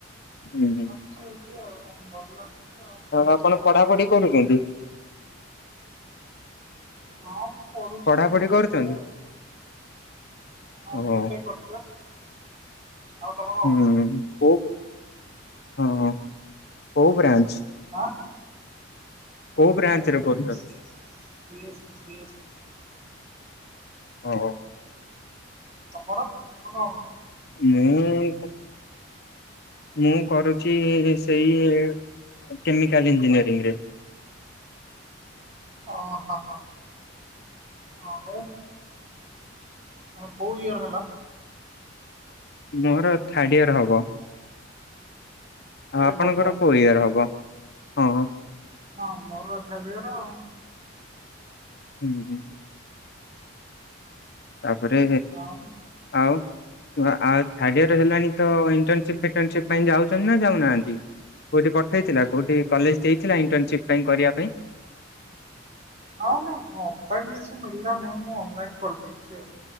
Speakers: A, on the left (about 55°); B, on the right (about 35°).
A: ହୁଁ ହୁଁ
B: ବସା ବସି ହେଇଛି ଆଉ ଭଲ ଲାଗୁଛି ଆଉ ଶୋଇଛି
A: ଆପଣ
B: ଆଉ
A: ପଢାପଢି କରୁଛନ୍ତି
B: ହଁ ମୁଁ ପଢୁଛି
A: ପଢାପଢି
B: ଆଉ ବି ଟେକ୍
A: କରୁଛନ୍ତି?
B: ପରେ ଆଉ ହଁ
A: ଓହୋ
B: ବି ଟେକ୍ କରୁଛି? ଆଉ ତମେ କଣ
A: ହୁଁ
B: କରୁଛ?
A: କୋଉ ହଁ କୋଉ ବ୍ରାନ୍ଚ?
B: ଆଁ <inaudible>
A: କୋଉ ବ୍ରାଞ୍ଚ ରେ କରୁଛନ୍ତି? ଓ ହୋ
B: ତମର ତମର?
A: ମୁଁ ମୁଁ କରୁଛି ସେଇ କେମିକାଲ ଇଞ୍ଜିନିୟରିଂରେ
B: ଓ ହୋ ହଁ ମେ କୋଉ ଇୟର ହେଲା?
A: ମୋର ଥାର୍ଡ ଇୟର ହବ।
B: ଥାର୍ଡ
A: ଆପଣଙ୍କର
B: ଇୟର ହବ
A: କୋଉ ଇୟର ହବ ହଁ?
B: ହଁ ମୋର ତ <unintelligible>
A: ହୁଁ ହୁଁ। ତାପରେ
B: ଆଉ
A: ଆଉ ଆଉ ଥାର୍ଡ ଇୟର ହେଲାଣି ତ ଇଣ୍ଟସି ଫିଣ୍ଟସିପ ପାଇଁ ଯାଉଛନ୍ତି ନା ଯାଉନାହାନ୍ତି? କୋଉଠି ପଠେଇଥିଲା କୋଉଠି କଲେଜ ଦେଇଥିଲା ଇଣ୍ଟର୍ନସିପ ପାଇଁ କରିବା ପାଇଁ?
B: ହଁ ନା ଅଫଲାଇନ କିଛି ମଳିଲା ନାହିଁ ମୁଁ ଅନଲାଇନ କରିଦେଇଛି